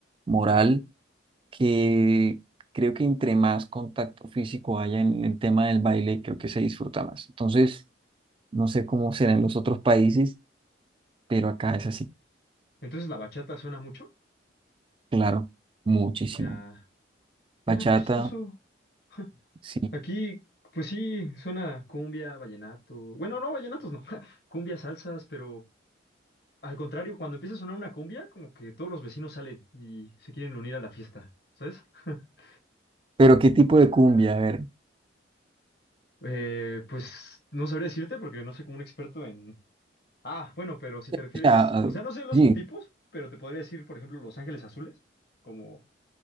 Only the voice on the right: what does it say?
moral, que creo que entre más contacto físico haya en el tema del baile, creo que se disfruta más. Entonces, no sé cómo será en los otros países, pero acá es así,
claro, muchísimo.
Bachata,
sí.
Pero ¿qué tipo de cumbia? A ver,
o sea, ah,
sí.